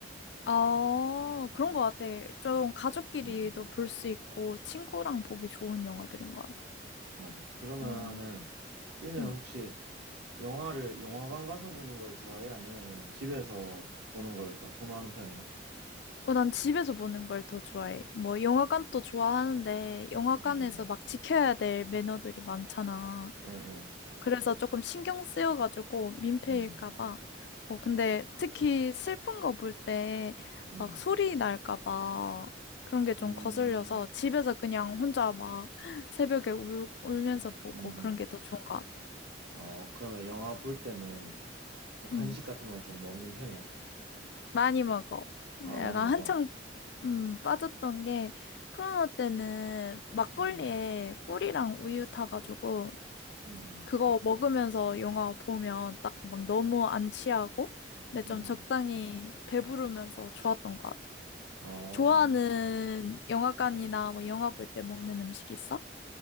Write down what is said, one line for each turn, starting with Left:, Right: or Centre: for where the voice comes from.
Left: 아, 그런 것 같아. 좀 가족끼리도
Right: 음,
Left: 볼 수 있고 친구랑 보기 좋은 영화들인 것 같아.
Right: 맞아. 그러면은
Left: 어,
Right: B는
Left: 응.
Right: 혹시 영화를 영화관 가서 보는 걸 좋아해? 아니면은 집에서 보는 걸 더 선호하는 편이야?
Left: 어, 난 집에서 보는 걸 더 좋아해. 뭐 영화관도 좋아하는데 영화관에서
Right: 응, 응,
Left: 막 지켜야 될 매너들이 많잖아.
Right: 응,
Left: 그래서 조금 신경 쓰여가지고 민폐일까
Right: 응,
Left: 봐. 뭐 근데 특히 슬픈 거 볼 때
Right: 응,
Left: 막 소리 날까 봐 그런 게 좀
Right: 응,
Left: 거슬려서 집에서 그냥 혼자 막 <laughs> 새벽에 울, 울면서 보고
Right: 응,
Left: 그런 게 더 좋은 것 같아.
Right: 응. 어, 그러면 영화 볼 때는 뭐 간식
Left: 음,
Right: 같은 거 좀 먹는 편이야?
Left: 많이 먹어. 내가
Right: 아, 많이 먹어.
Left: 한창 음, 빠졌던 게 코로나 때는 막걸리에
Right: 음,
Left: 꿀이랑 우유 타가지고
Right: 음, 음,
Left: 그거 먹으면서 영화 보면 딱 막 너무 안 취하고 근데 좀
Right: 음,
Left: 적당히 배부르면서 좋았던 것 같아.
Right: 음. 어,
Left: 좋아하는 영화관이나 뭐 영화 볼 때 먹는 음식 있어?